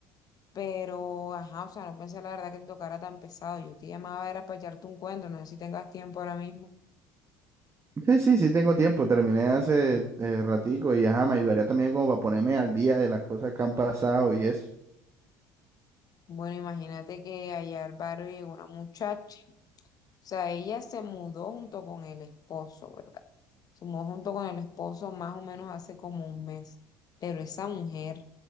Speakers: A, on the left; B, on the right.
A: pero ajá, o sea, no pensé la verdad que te tocara tan pesado. Yo te llamaba era para echarte un cuento, no sé si tengas tiempo ahora mismo.
B: Sí, sí, sí tengo tiempo. Terminé hace eh, ratico y ajá, me ayudaría también como para ponerme al día de las cosas que han pasado y eso.
A: Bueno, imagínate que allá al barrio llegó una muchacha. O sea, ella se mudó junto con el esposo, ¿verdad? Se mudó junto con el esposo más o menos hace como un mes. Pero esa mujer